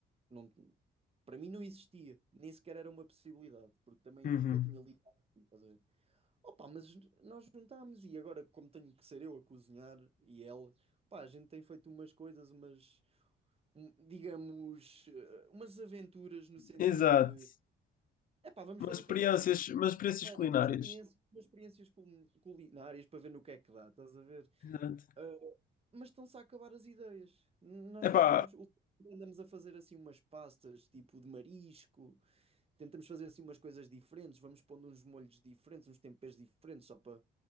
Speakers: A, on the right; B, on the left.
A: não... Para mim não existia. Nem sequer era uma possibilidade, porque também
B: Uhum.
A: nunca tinha ligado. estás a ver? Opa, mas ju- nós juntámos e agora, como tenho que ser eu a cozinhar e ela, pá, a gente tem feito umas coisas, umas, um- digamos, eh, umas aventuras no sentido
B: Exato.
A: de, epá, vamos
B: mas
A: ver no
B: experiências,
A: que é que
B: mas experiências
A: é que vai
B: culinárias.
A: dar, umas experiências, umas experiências cul- culinárias para ver no que é que dá, estás a ver?
B: Exato.
A: Eh, mas estão-se a acabar as ideias. Nós
B: Epá,
A: fazemos, andamos a fazer assim umas pastas, tipo de marisco, tentamos fazer assim umas coisas diferentes, vamos pondo uns molhos diferentes, uns temperos diferentes, só para